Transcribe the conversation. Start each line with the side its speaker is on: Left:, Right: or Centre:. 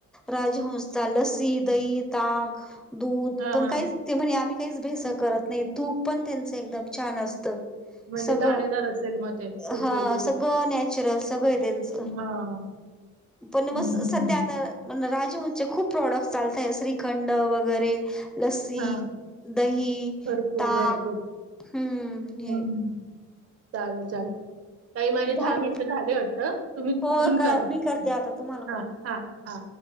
Centre: राजहंस्ता लसी दही ताक दूध
Right: हां,
Centre: पण
Right: हां.
Centre: काही ते म्हणे आम्ही काहीच भेसळ करत नाही तूप पण त्यांचं एकदम छान असतं.
Right: म्हणजे
Centre: सगळं
Right: दाणेदार असेल मग ते तूप
Centre: हा
Right: वगैरे.
Centre: सगळं नॅचरल सगळं आहे त्यांचं
Right: हां.
Centre: पण
Right: हं,
Centre: म सध्या
Right: हं, हं.
Centre: आता म राजहंसचे खूप प्रॉडक्ट चालतंय श्रीखंड वगैरे लस्सी
Right: हां.
Centre: दही
Right: भरपूर,
Centre: ताक
Right: भरपूर.
Centre: हम्म
Right: हं. चालेल चालेल काही माझे
Centre: झाल
Right: दहा मिनटं झाले वाटतं तुम्ही तिकडून
Centre: हो का
Right: करा
Centre: मी करते आता तुम्हाला
Right: हां
Centre: कॉल
Right: हां हां.